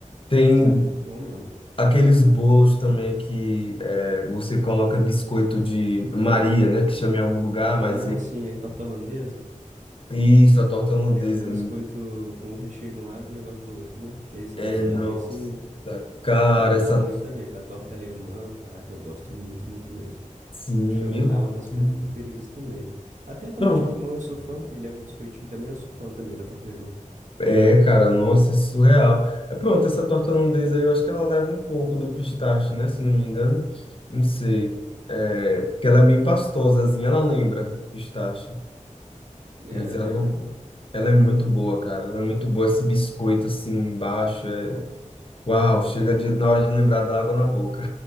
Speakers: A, on the left; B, on the right.
A: Tem
B: Parece ser muito bom mesmo.
A: Aqueles bolos também que é, você coloca biscoito de Maria, né? Que chama em algum lugar, mas
B: Ah,
A: é-
B: sim, é torta holandesa.
A: isso, a torta holandesa.
B: Que tem aqueles biscoitos com o recheio de um lado e negócio do outro, né? E aí você
A: É,
B: bota do
A: nossa,
B: ladinho assim, né?
A: cara,
B: Eu gosto
A: essa.
B: muito também, com a torta alemã. Caraca, eu gosto muito, muito mesmo.
A: Sim,
B: Acho que é
A: meu
B: uma da-
A: Deus.
B: uma das pre- preferidas também. Até a torta
A: Pronto.
B: de limão eu sou fã, que leva um biscoitinho também, eu sou fã também da torta alemã.
A: É, cara, nossa, é surreal. É, pronto, essa torta holandesa aí, eu acho que ela leva um pouco do pistache, né? Se não me engano. Não sei. É, porque ela é meio pastosazinha, ela lembra o pistache.
B: É,
A: Mas ela,
B: é mesmo?
A: ela é muito boa, cara. Ela é muito boa. Esse biscoito assim embaixo. é Uau, chega de, na hora de lembrar da água na boca.